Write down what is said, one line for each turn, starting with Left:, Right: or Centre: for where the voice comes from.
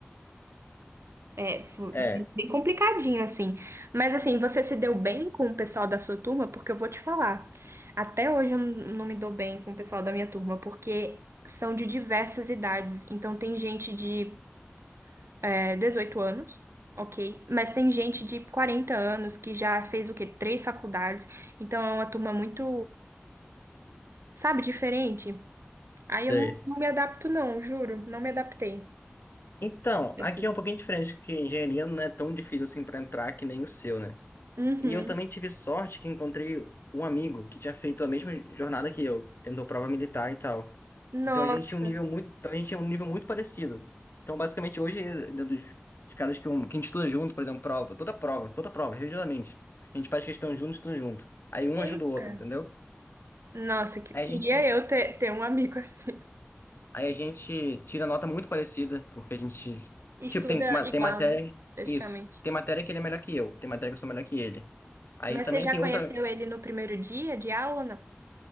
Right: É, foi
Left: é,
Right: bem complicadinho, assim. Mas, assim, você se deu bem com o pessoal da sua turma? Porque eu vou te falar, até hoje eu não não me dou bem com o pessoal da minha turma, porque são de diversas idades. Então, tem gente de é, 18 anos, ok? Mas tem gente de 40 anos que já fez o quê? Três faculdades. Então é uma turma muito, sabe, diferente. Aí
Left: sei.
Right: eu não, não me adapto, não, juro. Não me adaptei.
Left: Então,
Right: É
Left: aqui é um pouquinho diferente, porque engenharia não é tão difícil assim pra entrar que nem o seu, né?
Right: Uhum.
Left: E eu também tive sorte que encontrei um amigo que tinha feito a mesma jornada que eu, tentou prova militar e tal.
Right: Nossa.
Left: Então a gente tinha um nível muito, então a gente tinha um nível muito parecido. Então basicamente hoje dentro dos, dos caras que, um- que a gente estuda junto, por exemplo, prova, toda prova, toda prova, religiosamente, a gente faz questão junto, estuda junto. Aí um
Right: Eita.
Left: ajuda o outro, entendeu?
Right: Nossa, que-
Left: Aí
Right: queria
Left: a gente,
Right: eu ter, ter um amigo assim.
Left: aí a gente tira nota muito parecida, porque a gente,
Right: Estuda
Left: tipo, tem, ma- tem
Right: igual,
Left: matéria,
Right: né? Praticamente.
Left: isso, tem matéria que ele é melhor que eu, tem matéria que eu sou melhor que ele. Aí
Right: Mas
Left: também
Right: você já
Left: tem
Right: conheceu
Left: outra,
Right: ele no primeiro dia de aula, ou não?